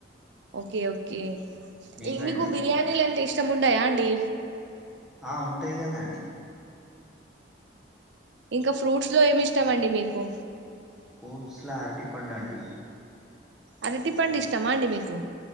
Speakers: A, on the right (about 70°); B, in the centre.
A: ఓకే. ఓకే.
B: మీకండి
A: మీకు బిర్యానీలు అంటే ఇష్టం ఉంటయా అండి.
B: ఆ ఉంటాయి కదాండి.
A: ఇంకా ఫ్రూట్స్ లో ఏమి ఇష్టమండి మీకు.
B: ఫ్రూట్స్లో అరటి పండు అండి.
A: అరటి పండు
B: ఉమ్,
A: ఇష్టమా అండి మీకు?